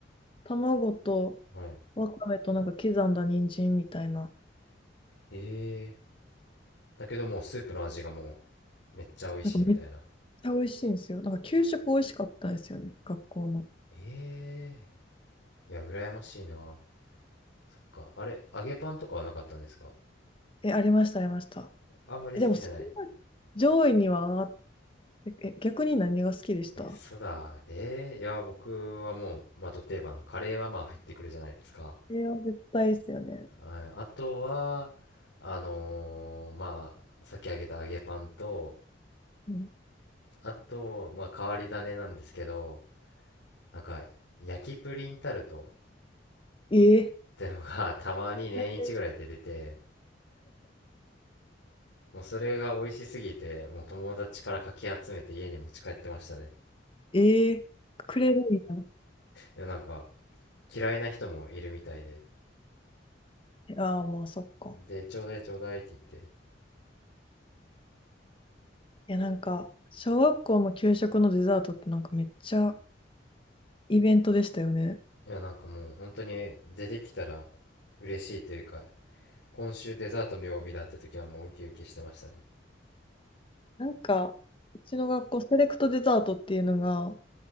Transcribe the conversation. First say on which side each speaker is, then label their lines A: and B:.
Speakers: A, on the left; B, on the left.
A: 卵と
B: はい。
A: わかめとなんか刻んだ人参みたいな。
B: えー、だけどもうスープの味がもう、めっちゃ美味しいみたいな。
A: なんかめっちゃ美味しいんですよ。なんか給食美味しかったんですよね、学校の。
B: えー、いや、羨ましいな。そっか、あれ、揚げパンとかはなかったんですか
A: え、ありました、ありました。
B: あんまり好きじゃない
A: え、でもそんな上位には上がって、え、逆に何が好きでした
B: え、そうだ。えーいや、僕はもう、まあ、ド定番のカレーはまあ入ってくるじゃないですか。
A: えれは絶対ですよね。
B: ああとは、あのーまあ、さっき揚げた揚げパンと、
A: うん。
B: あと、まあ、変わり種なんですけど、なんか、焼きプリンタルト
A: えー、
B: ってのが <laughs> たまに年一ぐらいで出て、
A: だって
B: もうそれが美味しすぎて、もう友達からかき集めて家に持ち帰ってましたね。
A: <laughs> えー、くれるんや。
B: いや、なんか、嫌いな人もいるみたいで。
A: ああ、まあそっか。
B: で、ちょうだいちょうだいって言って、
A: いや、なんか、小学校の給食のデザートってなんかめっちゃイベントでしたよね。
B: いやなんかもう本当に出てきたら嬉しいというか今週デザートの曜日だって時はもうウキウキしてましたね
A: なんか、うちの学校セレクトデザートっていうのが、